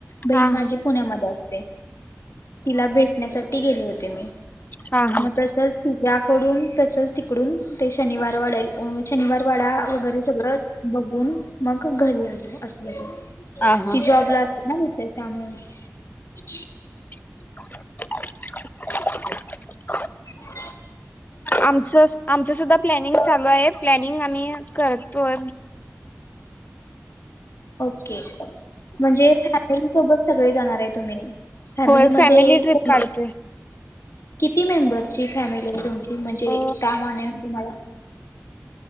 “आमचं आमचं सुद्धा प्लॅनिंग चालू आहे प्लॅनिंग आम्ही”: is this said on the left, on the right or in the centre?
Left